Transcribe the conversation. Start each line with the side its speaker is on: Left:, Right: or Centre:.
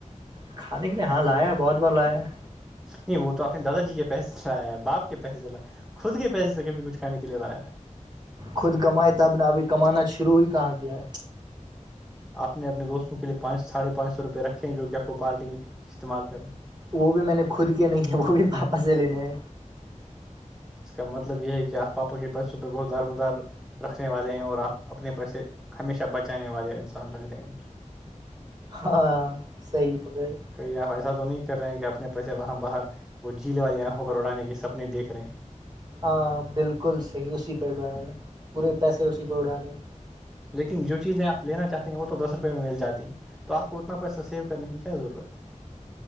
Right: کھانے کے لیے ہاں لایا ہے بہت بار لایا ہے
Centre: نہیں وہ تو اپپنے دادا جی کے پیسے لیا ہے باپ کے پیسے ل خود کے پیسے سے کبھی کچھ کانے کے لیے لایا ہے
Right: خود کمائے تب نے ابھی کمانا شروع ہی کہاں کیا ہے
Centre: اپنے اپنے دوستوں کے لیے پانچ ساڑھے پانچ سوپئے رکھے ہیں جو کہ آپ کو پارٹی میں استعمال کرنے ہے
Right: وہ بھی میں نے خود کے نہیں ہے وہ بھی پاپس سے لینے ہیں
Centre: اس کا مطلب یہ ہے کہ آپ پاپا کے پیسوں پہ بہت دار مدار رکھنے والے ہیں اور آپ اپنے پیسے ہمیشہ بچانے والے انسان لگ رہے ہیں مجھے <inaudible>
Right: ہاں صی پکے
Centre: کئی آپ ایسا تو نہیں کر رہے ہیں کہ اپنے پیسے وہاں باہر وہ جھیل والی آنکھوں پر اڑانے کے سپنے دیکھ رہے ہیں
Right: ہاں بالکل صحیح اسی پہ اائیں پورے پیسے اسی پہ اڑان دیں
Centre: لیکن جو چیزیں آپ لینا چاہتے ہیں وہ تو دس روپئے میں مل جاتی ہیں تو آپ کو اتنا پیسہ سیو کرنے کی کیا ضرورت ہے